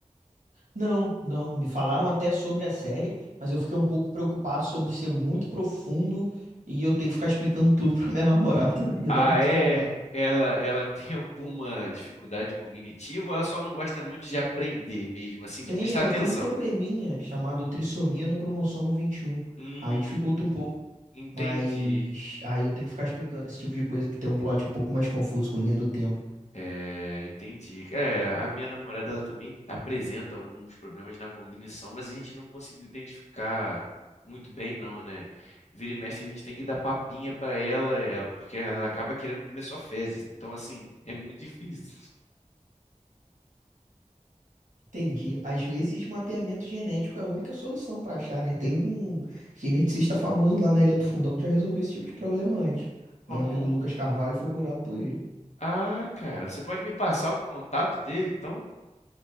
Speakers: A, on the right; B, on the left.
A: Não, não. Me falaram até sobre a série, mas eu fiquei um pouco preocupado sobre ser muito profundo e eu ter que ficar explicando tudo <laughs> pra minha namorada. Ia
B: Ah,
A: dar muito
B: é?
A: trabalho.
B: Ela, ela <laughs> tem alguma dificuldade cognitiva ou ela só não gosta muito de aprender mesmo, assim, de
A: Tem,
B: prestar
A: ela
B: atenção?
A: tem um probleminha chamado trissomia no cromossomo 21.
B: Hum,
A: Aí dificulta um pouco,
B: entendi.
A: mas aí eu tenho que ficar explicando esse tipo de coisa que tem um plot um pouco mais confuso com linha do tempo.
B: É, entendi. É, a minha namorada ela também apresenta alguns problemas na cognição, mas a gente não conseguiu identificar muito bem, não, né? Vira e mexe, a gente tem que dar papinha para ela, ela- porque ela acaba querendo comer só fezes. Então, assim, é muito difícil.
A: Entendi. Às vezes, mapeamento genético é a única solução para achar, né? Tem um geneticista famoso lá na Ilha do Fundão que já resolveu esse tipo de problema antes.
B: Bom,
A: Meu amigo Lucas Carvalho foi curado por ele.
B: ah, cara, você pode me passar o contato dele, então?